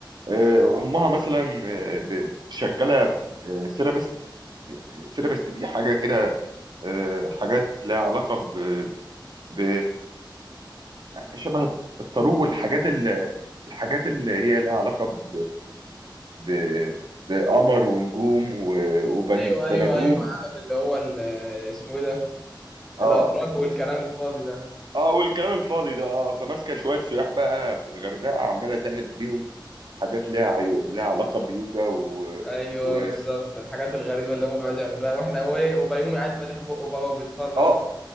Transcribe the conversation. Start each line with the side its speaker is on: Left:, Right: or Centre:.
Right: آه، امها مثلا آه، ب- شغاله سيرابست سيرابست دي حاجه كده آه، حاجات لها علاقه ب ب شبه الطارو والحاجات ال- الحاجات اللي هي لها علاقه ب ب- بقمر ونجوم وبنادوم
Centre: ايوه ايوه ايوه عالم اللي هو ال- اسمه ايه ده
Right: اه
Centre: الابراج والكلام الفاضي ده
Right: اه والكلام الفاضي ده اه فماسكه شويه سياح بقى في الغردقه عماله تعمل بيهم حاجات ليها عيو... ليها علاقه بيوجا و...
Centre: ايوه
Right: و...
Centre: بالظبط الحاجات الغريبه اللي هم بيقعدوا يعملوها واحنا هو ايه وبيومي قاعد فاتح بقه بقى وبيتفرج
Right: اه